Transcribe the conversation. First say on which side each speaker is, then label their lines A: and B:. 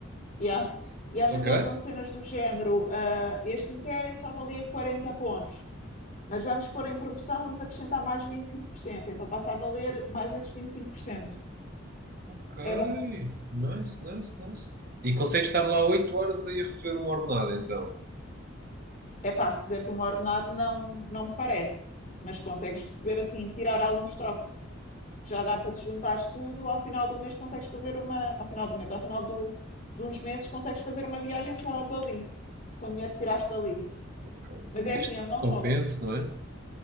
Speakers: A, on the left; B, on the right.
A: Yeah. E às
B: Ok?
A: vezes eles dão de cenas do género. ah, este inquérito só valia 40 pontos. Mas vamos pôr em promoção, vamos acrescentar mais vinte e cinco por cento Então passa a valer mais esses vinte e cinco por cento
B: Ok.
A: É bom.
B: Nice, nice, nice. E consegues estar lá oito horas aí a receber uma ordenada, então.
A: é pá, receberes um ordenado não, não me parece, mas consegues receber assim, tirar alguns trocos. Já dá para se juntares tudo, ao final do mês consegues fazer uma, ao final do mês, ao final do, de uns meses consegues fazer uma viagem só dali, com o dinheiro que tiraste dali.
B: Ok.
A: Mas
B: Desde
A: é assim, eu
B: que
A: não
B: compense,
A: jogo.
B: não é?